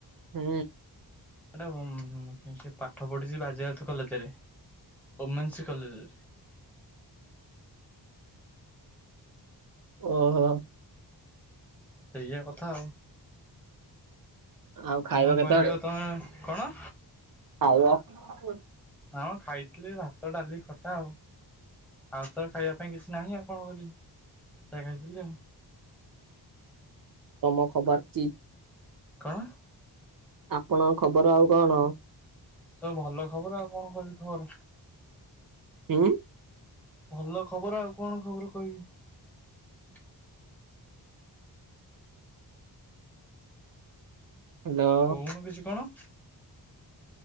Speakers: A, on the right; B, in the centre.
A: ହୁଁ।
B: ଏଟା ଉମ୍ ହୁଁ ହୁଁ ସେ ପାଠ ପଢିଚି ବାଜୟତ କଲେଜରେ ଓମେନ୍ସ କଲେଜରେ।
A: ଓହୋ।
B: ସେଇଆ କଥା ଆଉ।
A: ଆଉ ଖାଇବ
B: କଣ
A: କେତେବେଳେ?
B: କହିବି ଆଉ ତମେ କଣ?
A: <unintelligible>
B: ହଁ ଖାଇଥିଲି ଭାତ ଡାଲି ଖଟା ଆଉ ଆଉ ତର ଖାଇବା ପାଇଁ କିଛି ନାହିଁ ଆଉ କଣ କରିବି? ସେଇଆ ଖାଇଥିଲି ଆଉ
A: ତମ ଖବର କି?
B: କଣ?
A: ଆପଣଙ୍କ ଖବର ଆଉ କଣ?
B: ସବୁ ଭଲ ଖବର। ଆଉ କଣ କହିବି ଖବର?
A: ଉଁ।
B: ଭଲ ଖବର। ଆଉ କଣ ଖବର କହିବି?
A: ହ୍ୟାଲୋ
B: କହୁନୁ କିଛି କଣ?